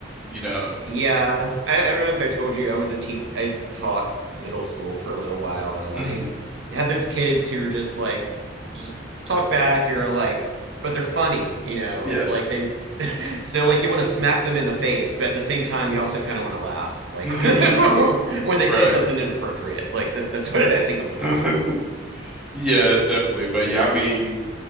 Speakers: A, in the centre; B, on the right (about 80°).
A: you know.
B: Yeah. I, I don't know if I told you, I was a teach I taught middle school for a little while and
A: hmm
B: like had those kids who are just like just talk back and are like but they're funny, you know.
A: Yes.
B: It's like they <laughs> so like you want to smack them in the face, but at the same time you also kind of want to laugh like
A: <laughs>
B: <laughs> when they
A: Right.
B: say something inappropriate. Like that that's <laughs> what I think of The Rock.
A: <laughs> Yeah, definitely. But yeah, I mean,